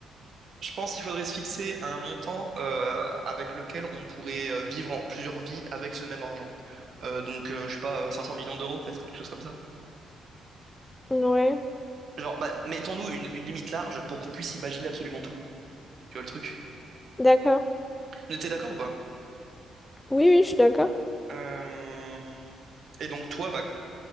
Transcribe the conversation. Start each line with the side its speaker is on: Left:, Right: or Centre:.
Right: Je pense qu'il faudrait se fixer un montant euh, avec lequel on pourrait euh, vivre en plusieurs vies avec ce même argent. Euh, donc, euh, je sais pas, euh, 500 millions d'euros, peut-être, quelque chose comme ça.
Left: Ouais,
Right: Genre, bah, mettons-nous une, une limite large pour qu'on puisse imaginer absolument tout. Tu vois le truc?
Left: d'accord.
Right: Mais T'es d'accord ou pas?
Left: Oui, oui, je suis d'accord.
Right: Euh, Et donc toi, bah,